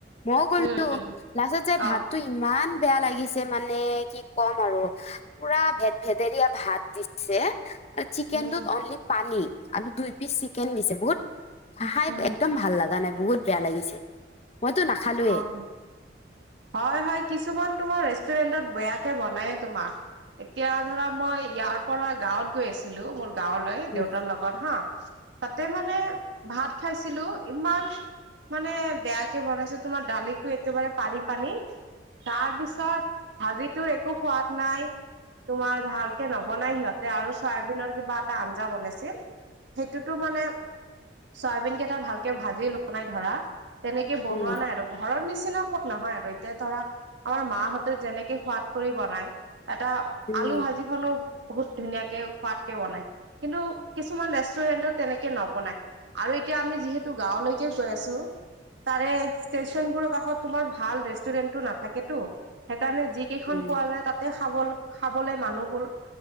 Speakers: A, on the left; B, on the right.
A: মও গ'লো
B: উম উম
A: লাষ্টত যে ভাতটো
B: অ
A: ইমান বেয়া লাগিছে মানে কি কম আৰু পুৰা ভেদ-ভেদেৰীয়া ভাত দিছে আৰু চিকেনটোত
B: উম
A: অনলি পানী আৰু দুই পিচ চিকেন দিছে বহুত খাই
B: উম
A: এক্দম ভাল লগা নাই বহুত বেয়া লাগিছে মইতো নাখালোৱে।
B: অ' হয় হয় কিছুমান তোমাৰ ৰেষ্টুৰেন্টত বেয়াকে বনায়ে তোমাক এতিয়া ধৰা মই ইয়াৰ পৰা গাঁৱত গৈ আছিলো মোৰ গাঁৱলৈ
A: উম
B: দেউতাৰ লগ ত হা তাতে মানে ভাত খাইছিলোঁ ইমান মানে বেয়াকে বনাইছে তোমাৰ দালিতো একেবাৰে পানী পানী তাৰ পিছত ভাজিটোৰ একো সোৱাদ নাই তোমাৰ ভালকে নবনাই সিহঁতে আৰু চয়াবিনৰ কিবা এটা আঞ্জা বনাইছিল সেইটোতো মানে চয়াবিন কেইটা ভালকে ভাজি লোৱা নাই ধৰা তেনেকে বনোৱা
A: উম
B: নাই আৰু ঘৰৰ নিচিনা সুত নহয় আৰু এতিয়া ধৰা আমাৰ মাহঁতে যেনেকে সোৱাদ কৰি বনায় এটা
A: উম
B: আলু ভাজি খালোঁ বহুত ধুনীয়াকে সোৱাদকে বনাই কিন্তু কিছুমান ৰেষ্টুৰেণ্টত তেনেকে নবনায়। আৰু এতিয়া আমি যিহেতু গাঁৱলৈকে গৈ আছোঁ তাৰে ষ্টেচন বোৰৰ কাষত তোমাৰ ভাল ৰেষ্টুৰেন্টটো নাথাকেতো সেইকাৰণে যি কেইখন
A: উম
B: পোৱা যায় তাতে খাব খাবলে মানুহবোৰ